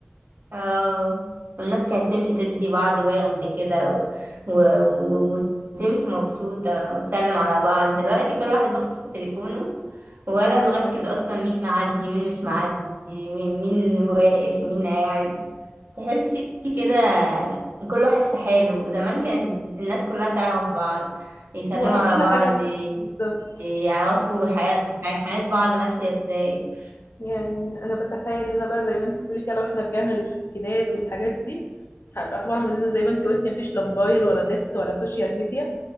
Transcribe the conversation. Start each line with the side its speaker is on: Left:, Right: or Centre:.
Right: اه والناس كانت تمشي تدي بعض وغد كده و... و... وتمشي مبسوطة وتسلم على بعض دلوقتي كل واحد باصص في تليفونه ولا
Left: بالظبط
Right: مركز أصلا مين معدي مين مش معدي مين مين واقف مين قاعد تحسي كده كل واحد في حاله زمان كانت الناس كلها تعرف بعض يسلموا
Left: واحلى
Right: على بعض
Left: حاجه
Right: ي-
Left: بالظبط
Right: يعرفوا حياة حياة بعض ماشية ازاي
Left: يعني انا بتخيل ان انا بقى زي ما انت بتقولي كده لو احنا رجعنا للستينات والحاجات دي هبقى طبعا من زي ما انت قلتي مفيش لا موبايل ولا نت ولا سوشيال ميديا